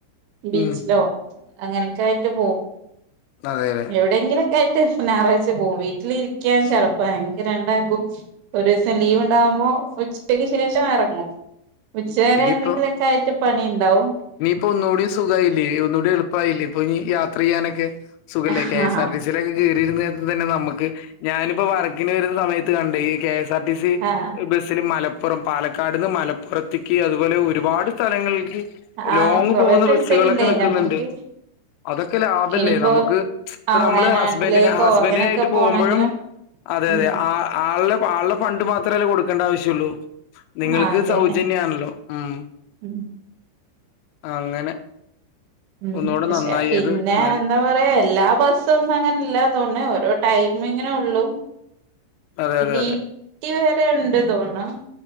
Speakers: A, on the right (about 75°); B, on the left (about 85°).
A: ബീച്ച്
B: ഉം
A: ലോ അങ്ങനൊക്ക ആയിട്ട് പോവും
B: അതെ അതെ
A: എവിടെയങ്കിലും കേട്ട് ഞായറാഴ്ച പോവും വീട്ടിലിരിക്കാൻ ചടപ്പ ഞങ്ങക്ക് രണ്ടാക്കും ഒരു ദിവസം ലീവ് ഉണ്ടാവുമ്പോ ഉച്ചക്ക് ശേഷം എറങ്ങും ഉച്ചകരെ
B: ഇനിയിപ്പോ
A: എന്തെങ്കിലൊക്കെ ആയിട്ട് പണി ഉണ്ടാവും.
B: ഇപ്പൊ ഒന്നുകൂടി സുഖമായില്ലേ, ഒന്നുകൂടി എളുപ്പമായില്ലേ, ഇപ്പൊ ഇനി യാത്ര ചെയ്യാനൊക്കെ സുഖിലേക്ക
A: ആഹ്
B: സർില പി ന്നെ നമുക്ക് ഞാനിപ്പോ പറ എ വരുന്ന സമയത്ത് കണ്ടണ്ട് ഈ K S R T C
A: ആഹ്
B: ബസിൽ മലപ്പ അപ്പറം പാലക്കാട്ന്ന് മലപ്പം പുറത്തേക്ക് അതുപോലെ ഒരുപാട് സ്ഥലങ്ങളിൽക്ക്
A: ആഹ്
B: ലോങ്
A: കൊറേ
B: പോകുന്ന
A: സ്ഥലത്തേക്കുണ്ടേ
B: ബസ്സുകളൊക്കെ നിക്കുന്നുണ്ട്,
A: നമ്മക്ക്
B: അതൊക്കെ ലാഭല്ലേ
A: ഇനിയിപ്പോ
B: നമുക്ക്
A: ആ
B: നമ്മള്
A: വയനാട്ടിലേക്കോ
B: ഹസ്ബൻ ഹസ്ബൻഡിനായിട്ട്
A: അങ്ങനെയൊക്കെ പോണെങ്കിലും
B: പോകുമ്പോഴും അതെ
A: ഉം
B: അതെ ആ ആളുടെ അപ്പൾ ആൾടെ ഫണ്ട് മാത്രമല്ലേ കൊടുക്കേണ്ട ആവശ്യമുള്ളൂ. നിങ്ങൾക്ക്
A: ആ അതെ
B: സൗജന്യ ആണല്ലോ ഉം
A: ഉം
B: അങ്ങനെ
A: ഉം
B: ഒന്നുകൂടെ
A: പക്ഷെ
B: നന്നായി
A: പിന്നെ
B: അത് നല്ല
A: എന്താ പറയാ എല്ലാ ബസ്സൊന്നും അങ്ങനെല്ല തോന്നണേ ഓരോ ടൈ എങ്ങനെ ഉള്ളു
B: അതെ,
A: <unintelligible>
B: അതെ,
A: ഒക്കെ
B: അതെ.
A: ഉണ്ട് തോണ